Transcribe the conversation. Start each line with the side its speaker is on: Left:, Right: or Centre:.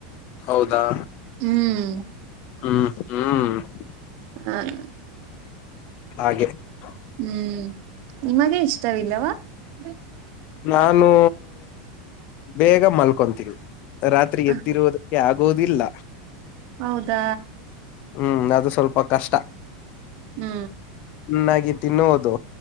Left: ಹೌದಾ. <unintelligible>
Right: ಹ್ಮ್... <inaudible>
Left: ಹೂಹೂ. <unintelligible>
Right: ಹಾ.. <unintelligible>
Left: ಹಾಗೆ.... <inaudible>
Right: ಹ್ಮ್, ನಿಮಗೆ, ಇಷ್ಟವಿಲ್ಲವಾ. <inaudible>
Left: ನಾನು ಬೇಗ ಮಲ್ಕೊಂತೀನಿ ರಾತ್ರಿ
Right: ಹ
Left: ಎದ್ದಿರುವುದು ಆಗೋದಿಲ್ಲ
Right: ಹೌದಾ
Left: ಹ್ಮ್ ಅದು ಸ್ವಲ್ಪ ಕಷ್ಟ.
Right: ಹ್ಮ್
Left: ಚೆನ್ನಾಗಿ ತಿನ್ನೋದು